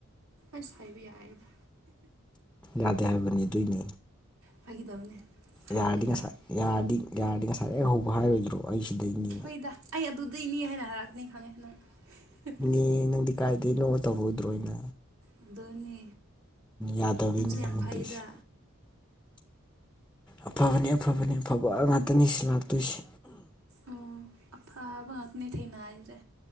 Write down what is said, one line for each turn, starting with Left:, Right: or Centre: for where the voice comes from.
Right: ꯑꯁ ꯍꯥꯢꯕ ꯌꯥꯏꯅꯥ
Centre: ꯌꯥꯗꯦ ꯍꯥꯏꯕꯅꯤ ꯑꯗꯨꯏꯅꯤ
Right: ꯐꯥꯒꯤꯗꯧꯅꯦ ꯍꯥꯏꯔꯅꯨ
Centre: ꯌꯥꯔꯗꯤ ꯉꯁꯥꯏ
Right: ꯌꯥꯔꯦ
Centre: ꯌꯥꯔꯗꯤ ꯌꯥꯔꯗꯤ ꯉꯁꯥꯏ ꯑꯩ ꯍꯧꯕ ꯍꯥꯏꯔꯣꯏꯗ꯭ꯔꯣ ꯑꯩ ꯁꯤꯗꯩꯅꯦ
Right: ꯍꯣꯏꯗ ꯑꯩ ꯑꯗꯨꯗꯩꯅꯤ ꯍꯥꯏꯅ ꯍꯥꯏꯔꯛꯅꯤ ꯈꯪꯉꯦ ꯅꯪ
Centre: ꯑꯦ ꯅꯪꯗꯤ ꯀꯥꯏꯗꯒꯤꯅꯣꯃ ꯇꯧꯔꯣꯏꯗ꯭ꯔꯣꯏꯅꯣ
Right: ꯑꯗꯨꯅꯦ
Centre: ꯌꯥꯗꯕꯩꯅꯤ
Right: ꯅꯪꯁꯨ ꯌꯥꯝ
Centre: ꯍꯪꯗ꯭ꯔꯤꯁꯦ
Right: ꯐꯩꯗ
Centre: ꯑꯐꯕꯅꯦ ꯑꯐꯕꯅꯦ ꯑꯐꯕ ꯉꯥꯛꯇꯅꯤ ꯁꯤ ꯂꯥꯛꯇꯣꯏꯁꯤ
Right: ꯑꯣ ꯑꯐꯥꯕ ꯉꯛꯅꯦꯊꯥꯏꯅ ꯑꯩꯔꯦ